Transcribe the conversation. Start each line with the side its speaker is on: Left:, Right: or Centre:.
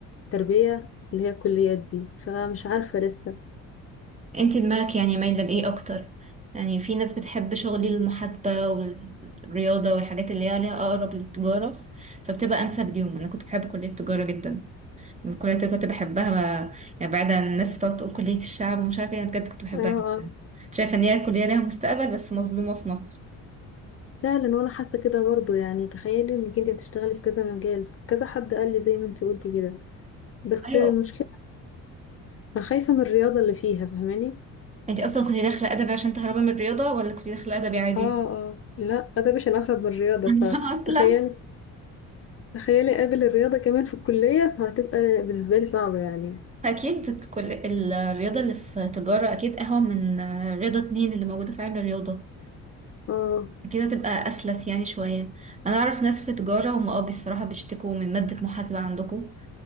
Left: تربية اللي هي الكليات دي فمش عارفة لسه
Right: انتي دماغك يعني مايلة لإيه أكتر؟ يعني في ناس بتحب شغل المحاسبة والرياضة والحاجات اللي هي ليها أقرب للتجارة فبتبقى أنسب ليهم أنا كنت بحب كلية التجارة جدا الكلية دي كنت بحبها ما- يعني بعد عن الناس بتقعد تقول كلية الشعب ومش عارفة ايه انا بجد كنت بحبها
Left: اه
Right: جدا شايفة ان هي كلية لها مستقبل بس مظلومة في مصر
Left: فعلا وانا حاسه كده برضو يعني تخيلي انك انت بتشتغلي في كذا مجال كذا حد قال لي زي ما انت قلتي كده بس
Right: ايوه
Left: المشكله انا خايفه من الرياضه اللي فيها فاهماني
Right: انتي اصلا كنتي داخلة ادبي عشان تهربي من الرياضة ولا كنتي داخلة ادبي عادي؟
Left: اه اه لا ده مش هنخرج من الرياضه
Right: <laughs> اصلا
Left: فتخيلي تخيلي قابل الرياضه كمان في الكليه فهتبقى بالنسبه لي صعبه يعني
Right: اكيد كل الرياضة اللي في تجارة اكيد اهون من رياضة اتنين اللي موجودة في علم الرياضة
Left: اه
Right: اكيد هتبقى اسلس يعني شوية انا اعرف ناس في تجارة هم اه بصراحة بيشتكوا من مادة محاسبة عندكم